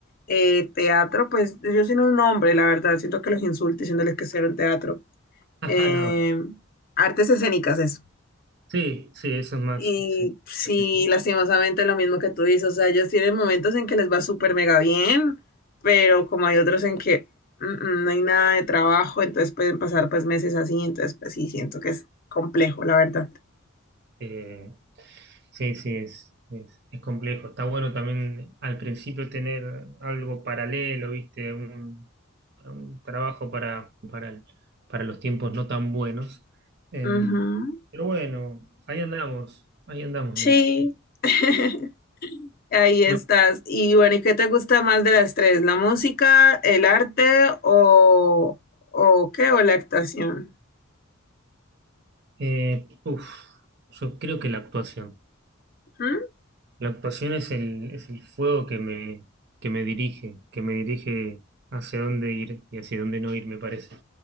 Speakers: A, on the left; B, on the right.
A: eh, teatro, pues yo sin un nombre, la verdad, siento que los insulto diciéndoles que hicieron teatro,
B: <laughs>
A: Eh,
B: Ajá, no.
A: artes escénicas es.
B: Sí, sí, eso es más,
A: Y
B: sí,
A: sí,
B: preciso.
A: lastimosamente lo mismo que tú dices, o sea, ellos tienen momentos en que les va súper mega bien, pero como hay otros en que mm, mm, no hay nada de trabajo, entonces pueden pasar pues meses así, entonces pues sí, siento que es complejo, la verdad.
B: Eh, sí, sí, es, es, es complejo. Está bueno también al principio tener algo paralelo, ¿viste? Un- un trabajo para, para, el- para los tiempos no tan buenos. Em,
A: Ujú,
B: pero bueno, ahí andamos, ahí andamos.
A: Sí,
B: me-
A: <laughs> ahí estás.
B: me-
A: Y bueno, ¿y qué te gusta más de las tres? ¿La música, el arte o, o qué? ¿O la actuación?
B: eh, uf, yo creo que la actuación.
A: ¿Mm?
B: La actuación es el, es el fuego que me, que me dirige, que me dirige hacia dónde ir y hacia dónde no ir, me parece.